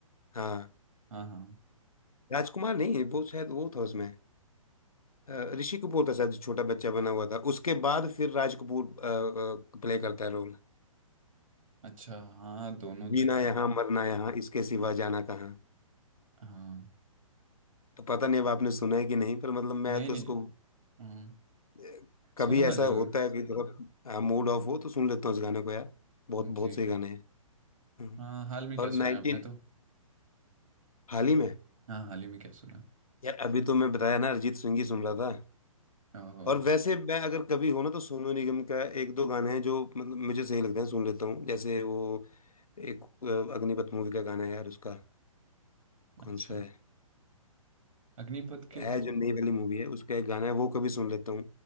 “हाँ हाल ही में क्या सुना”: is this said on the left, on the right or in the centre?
Right